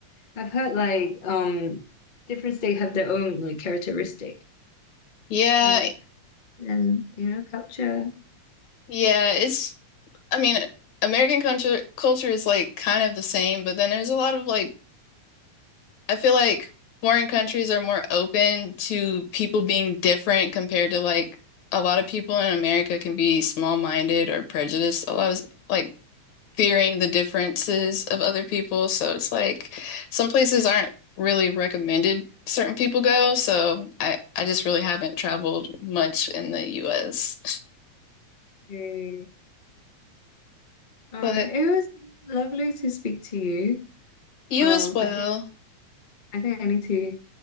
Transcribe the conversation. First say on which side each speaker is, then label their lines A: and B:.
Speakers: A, on the left; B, on the left.
A: I've heard like um different states have their own like characteristic
B: Yeah,
A: and like and you know culture.
B: yeah, it's I mean, American culture culture is like kind of the same, but then there's a lot of like I feel like foreign countries are more open to people being different compared to like a lot of people in America can be small-minded or prejudiced. A lot of like fearing the differences of other people, so it's like some places aren't really recommended certain people go, so I I just really haven't traveled much in the US.
A: Okay. All
B: But
A: right. It was lovely to speak to you.
B: you
A: Um,
B: as well.
A: I think I think I need to.